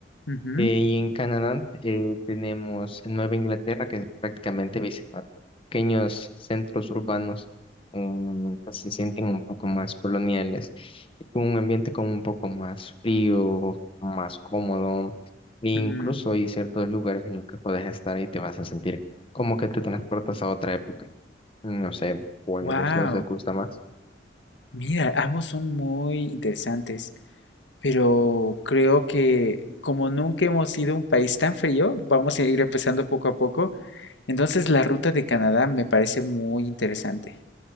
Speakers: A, on the left (about 75°); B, on the left (about 30°).
A: ujú,
B: Eh, y en Canadá eh, tenemos Nueva Inglaterra, que es prácticamente visitar pequeños centros urbanos um, que se sienten un poco más coloniales, y con un ambiente como un poco más frío, más cómodo, e incluso
A: mm.
B: hay ciertos lugares en los que puedes estar y te vas a sentir como que te transportas a otra época. No sé cuál
A: Wow,
B: de los dos le gusta más.
A: mira, ambos son muy interesantes, pero creo que como nunca hemos sido un país tan frío, vamos a ir empezando poco a poco. Entonces, la ruta de Canadá me parece muy interesante.